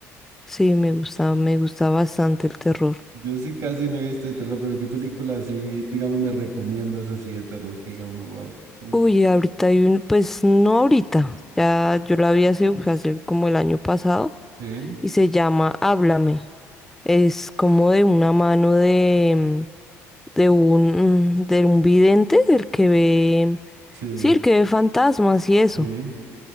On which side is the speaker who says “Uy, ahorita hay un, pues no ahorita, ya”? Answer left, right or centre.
Centre